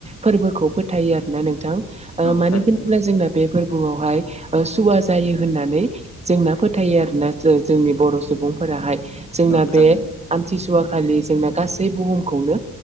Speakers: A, on the right; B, on the left.
A: फोरबोखौ फोथायो आरोना नोंथां ओ
B: औ
A: मानो
B: थारैनो
A: होनोब्ला जोंना बे फोरबोआवहाय ओ सुवा जायो होननानै जोंना फोथायो आरोना। जोंनि बर' सुबुंफोराहाय जोंना
B: औ
A: बे
B: थारैनो
A: आमथिसुवा खालि जोंना गासै बुहुमखौनो